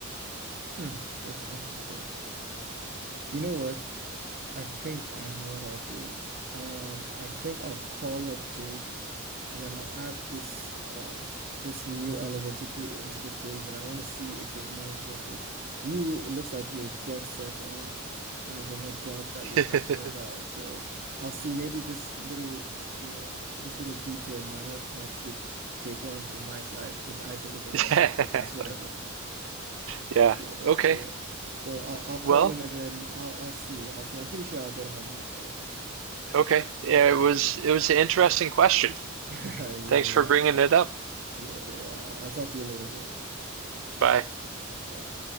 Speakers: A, on the right; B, on the right.
A: Hmm. That's interesting. You know what? I think I know what I'll do. Um, I think I'll call up Jake and then I'll add this um this new element into into the equation. I want to see if his mind changes. You, it looks like you're dead set on having a job that
B: <laughs>
A: you're passionate about. So I'll see maybe this little, you know, this little detail might might switch Jake on to my side, which I think is the
B: Yeah.
A: right side, but that's whatever.
B: yeah.
A: Yeah,
B: Okay.
A: yeah. So I'll, I'll call
B: Well,
A: him and then I'll I'll see. I'll see. I'm pretty sure I'll get him on my side.
B: okay. Yeah, it
A: <laughs>
B: was it was an interesting question.
A: Yeah, yeah,
B: Thanks for
A: yeah,
B: bringing it up.
A: yeah. I'll I'll talk to you later, bro.
B: Bye.
A: Bye.